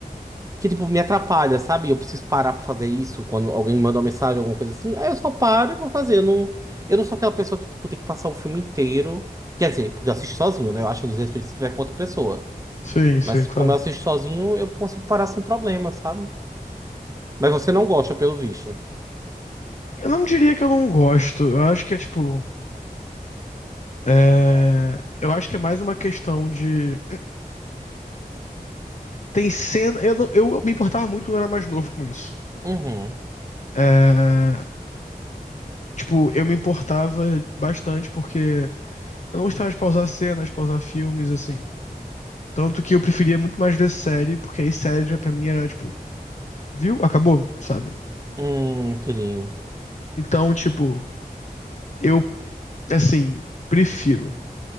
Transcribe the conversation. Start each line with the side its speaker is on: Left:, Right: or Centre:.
Right: que tipo me atrapalha, sabe? Eu preciso parar pra fazer isso quando alguém me manda uma mensagem, alguma coisa assim. Aí eu só paro e vou fazer. Eu não, eu não sou aquela pessoa que tipo tem que passar o filme inteiro. Quer dizer, porque eu assisto sozinho, né? Eu acho um desrespeito se tiver com outra pessoa.
Left: Sim,
Right: Mas
Left: sim, claro.
Right: como eu assisto sozinho, eu consigo parar sem problema, sabe? Mas você não gosta, pelo visto.
Left: Eu não diria que eu não gosto. Eu acho que é tipo. é, Eu acho que é mais uma questão de. Tem cena. Eu, não- eu me importava muito quando eu era mais novo com isso.
Right: Uhum.
Left: É, Tipo, eu me importava bastante porque eu não gostava de pausar cenas, pausar filmes, assim. Tanto que eu preferia muito mais ver série, porque aí série já pra mim era tipo, viu? Acabou, sabe?
Right: Hum, entendi.
Left: Então, tipo, eu, assim, prefiro.